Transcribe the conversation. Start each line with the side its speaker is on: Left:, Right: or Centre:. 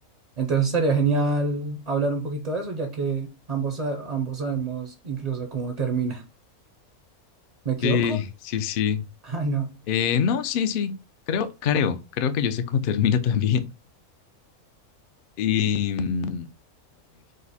Right: Entonces sería genial hablar un poquito de eso, ya que ambos, sa- ambos sabemos incluso cómo termina. ¿Me equivoco?
Left: Sí,
Right: <laughs>
Left: sí, sí.
Right: Ah, no.
Left: Eh, no, sí, sí. Creo, creo, creo que yo sé cómo <laughs> termina también. Y mm, a ver,